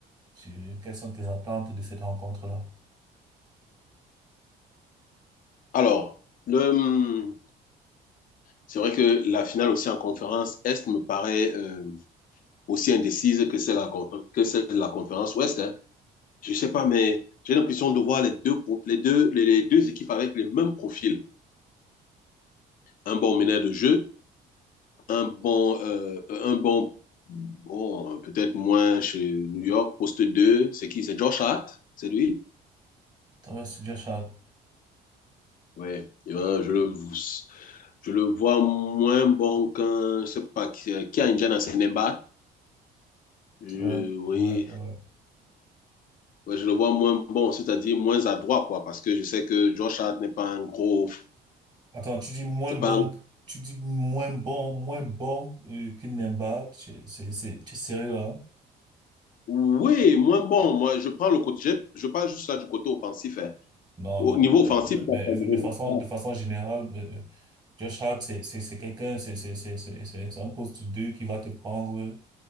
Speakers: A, on the right (about 25°); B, on the left (about 55°).
A: sur quelles sont tes attentes de cette rencontre-là.
B: Alors, le, c'est vrai que la finale aussi en conférence Est me paraît euh, aussi indécise que celle, la, que celle de la conférence Ouest. hein. Je ne sais pas, mais j'ai l'impression de voir les deux, les deux, les, deux équipes avec les mêmes profils. Un bon meneur de jeu, un bon, euh, un bon, bon peut-être moins chez New York, poste 2. C'est qui? C'est Josh Hart? C'est lui?
A: Ça va, c'est déjà ça.
B: Ouais. Euh, je le, je le vois moins bon qu'un, je ne sais pas, qui, qui a Indiana Senemba. Je-
A: Ouais,
B: oui,
A: ouais, ouais.
B: Ouais, je le vois moins bon, c'est-à-dire moins adroit, quoi, parce que je sais que Josh Hart n'est pas un gros,
A: Attends, tu dis moins
B: c'est
A: bon,
B: pas un...
A: que- tu dis moins bon, moins bon euh, que Nemba, c'est, c'est, c'est- tu es sérieux là?
B: Oui, moins bon. Moi, je prends le côté, je, je parle juste là du côté offensif. hein.
A: Non,
B: Au
A: non,
B: niveau
A: mais,
B: offensif, il a pas de
A: mais de
B: niveau
A: façon,
B: Ah,
A: de façon générale, euh, Josh Hart, c'est, c'est, c'est quelqu'un, c'est, c'est, c'est, c'est, c'est c'est un poste 2 qui va te prendre,